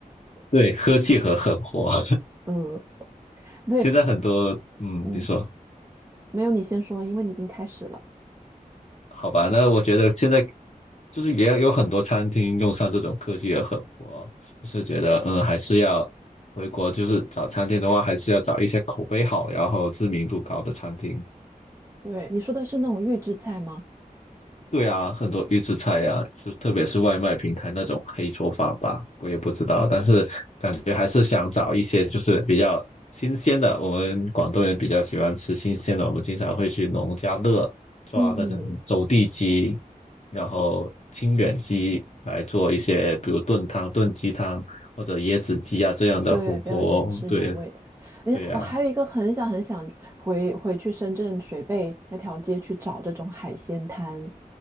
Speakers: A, on the left; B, on the right.
A: 对，科技和狠活，
B: 嗯，
A: <laughs>
B: 对，
A: 现在很多，嗯，
B: 嗯，
A: 你说。
B: 没有，你先说，因为你已经开始了。
A: 好吧，那我觉得现在就是也有很多餐厅用上这种科技也很火，就是觉得嗯，还是要回国，就是找餐厅的话，还是要找一些口碑好，然后知名度高的餐厅。
B: 对，你说的是那种预制菜吗？
A: 对啊，很多预制菜啊，就特别是外卖平台那种黑厨房吧，我也不知道，但是感觉还是想找一些就是比较新鲜的。我们广东人比较喜欢吃新鲜的，我们经常会去农家乐抓那些走地鸡，
B: 嗯，
A: 然后清远鸡来做一些，比如炖汤、炖鸡汤或者椰子鸡啊这样的火锅。
B: 对，比较原汁原味的。
A: 对
B: 哎呀，
A: 对呀、
B: 我还有一个很想很想回回去深圳水贝那条街去找这种海鲜摊，
A: 啊